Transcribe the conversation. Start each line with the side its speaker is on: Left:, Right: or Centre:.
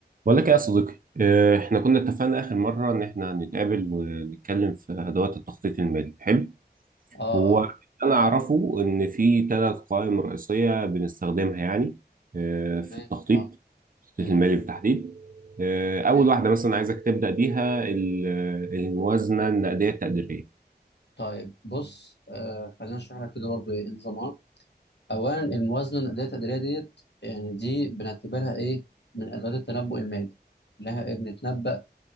Right: بقول لك إيه يا صديقي آه،
Left: يا
Right: احنا
Left: غالي
Right: كنا اتفقنا اخر مره ان احنا هنتقابل ونتكلم في ادوات التخطيط المالي حلو
Left: اه
Right: هو
Left: اه
Right: انا اعرفه ان في ثلاث قوائم رئيسيه بنستخدمها يعني آه،
Left: تمام
Right: في التخطيط
Left: اه
Right: التخطيط
Left: امم
Right: المالي بالتحديد آه،
Left: تمام
Right: اول واحده مثلا عايزك تبدا بيها ال- الموازنه النقديه التقديريه
Left: طيب بص آه خلينا نشرح لك كده برضو ايه نظامها اولا الموازنه الادائيه التقديريه ديت يعني دي بنعتبرها ايه من ادوات التنبؤ المالي لها ايه بنتنبأ